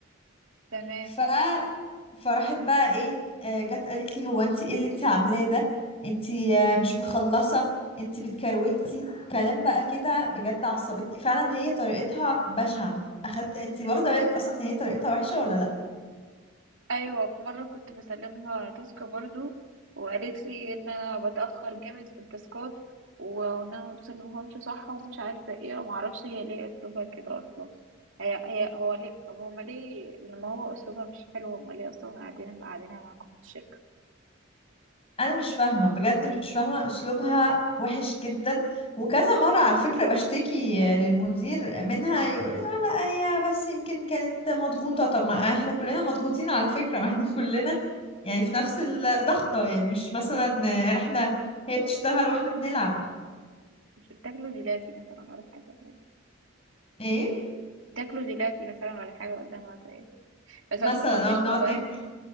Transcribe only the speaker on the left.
ف فراحت بقى ايه آه، جت قالت لي هو انت ايه اللي انت عاملاه ده انت آه، مش مخلصه انت بتكروتي كلام بقى كده بجد عصبتني فعلا هي طريقتها بشعه اخدت انت واخده بالك اصلا ان هي طريقتها وحشه ولا لا
انا مش فاهمه بجد مش فاهمه اسلوبها وحش جدا وكذا مره على فكره بشتكي للمدير منها يقول لي اه لا هي بس يمكن كانت مضغوطه طب ما احنا كلنا مضغوطين على فكره ما احنا كلنا يعني في نفس الضغطه يعني مش مثلا احنا هي بتشتغل واحنا بنلعب
ايه
مثلا
اه بنقعد
ناكل